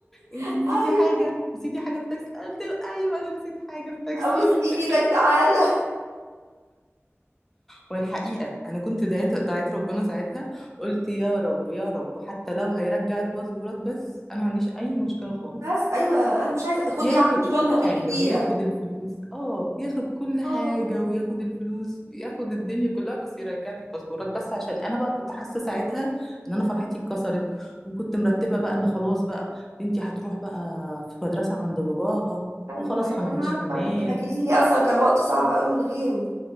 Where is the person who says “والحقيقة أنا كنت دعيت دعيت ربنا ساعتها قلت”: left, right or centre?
Centre